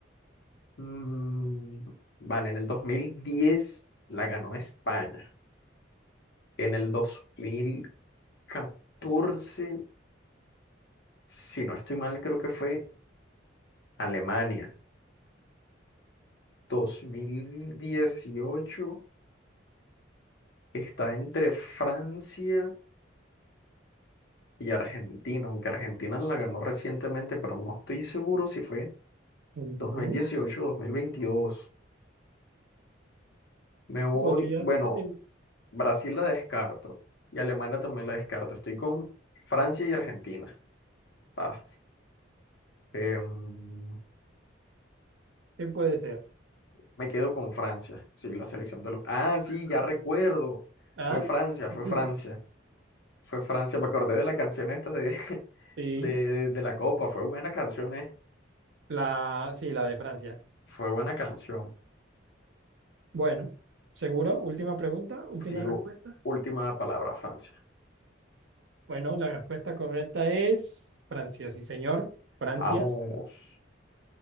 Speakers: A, on the left; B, on the right.
A: Mm, vale, en el 2010 la ganó España. En el dos mil catorce si no estoy mal, creo que fue Alemania. dos mil dieciocho está entre Francia y Argentina, aunque Argentina la ganó recientemente, pero no estoy seguro si fue
B: Ujú,
A: 2018 o dos mil veintidós Me voy,
B: Podría
A: bueno.
B: ser.
A: Brasil la descarto y Alemania también la descarto. Estoy con Francia y Argentina. Ah, em,
B: ¿Qué puede ser?
A: me quedo con Francia. Sí, la selección de los... Ah, sí, ya recuerdo.
B: ¿Ah?
A: Fue Francia, fue
B: <laughs>
A: Francia. Fue Francia. Me acordé de la canción esta de, <laughs>
B: Sí,
A: de, de- de la Copa. Fue buena canción, eh.
B: la, sí, la de Francia.
A: Fue buena canción.
B: Bueno, ¿seguro? Última pregunta, última
A: Sí,
B: respuesta.
A: u- última palabra, Francia.
B: Bueno, la respuesta correcta es Francia, sí, señor. Francia,
A: Vamos.